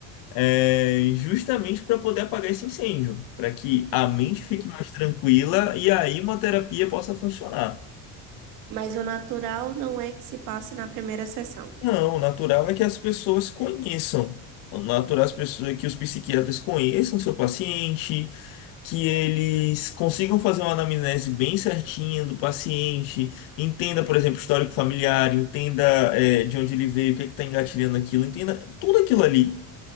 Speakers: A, on the left; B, on the right.
A: é, justamente para poder apagar esse incêndio, para que a mente fique mais tranquila e a imunoterapia possa funcionar.
B: Mas o natural não é que se passe na primeira sessão.
A: Não, o natural é que as pessoas conheçam. O natural é as pessoas, é que os psiquiatras conheçam seu paciente, que eles consigam fazer uma anamnese bem certinha do paciente, entenda, por exemplo, o histórico familiar, entenda, é, de onde ele veio, o que está engatilhando aquilo, entenda tudo aquilo ali.